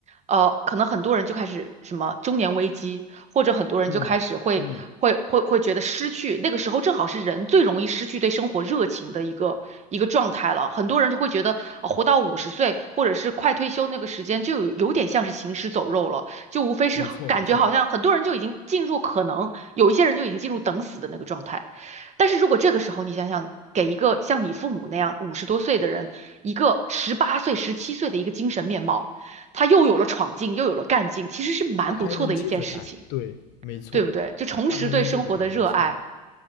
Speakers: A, on the right (about 35°); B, on the left (about 60°).
A: 呃，可能很多人就开始什么中年危机，或者很多人就开始会会会会觉得失去，
B: 嗯嗯，
A: 那个时候正好是人最容易失去对生活热情的一个一个状态了。很多人就会觉得，呃活到五十岁或者是快退休那个时间，就有有点像是行尸走肉了，就无非是好感觉好像很多人就已经进入可能有一些人就已经进入等死的那个状态。
B: 没错没错。
A: 但是如果这个时候你想想，给一个像你父母那样五十多岁的人一个十八岁、十七岁的一个精神面貌。他又有了闯劲，又有了干劲，其实是蛮不错的一件事情，
B: 他还能接着干，对，没错，
A: 对不对？就重拾对生活的热爱，
B: 他还能接着干，没错，